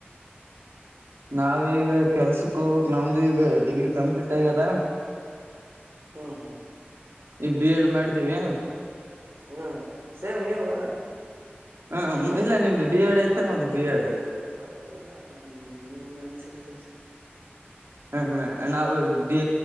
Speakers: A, on the right (about 85°); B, on the right (about 70°).
A: ನಾವ ಈಗ ಕೆಲ್ಸಕ್ ಹೋಗ್ ಬೇಕು ನಮ್ದು ಈಗ ಡಿಗ್ರಿ ಕಂಪ್ಲೀಟ್ ಆಗ್ಯದ.
B: ಹ್ಮ ಹ್ಮ
A: ಈ ಬಿ ಎಡ್ ಮಾಡಿದ್ದೀವಿ.
B: ಹ್ಮ್ ಸೇಮ್ ನೀವು.
A: ಹ ಇಲ್ಲ ನಿಮ್ದು ಡಿ ಎಡ್ ಆಯ್ತಾ ನಮ್ದದು ಬಿ ಎಡ್.
B: ಹೌದಲ್ಲಾ ನಮ್ ನಿನ್ನ <unintelligible>
A: ಹ್ಮ್ ಹ್ಮ್ ನಾವು ಬಿ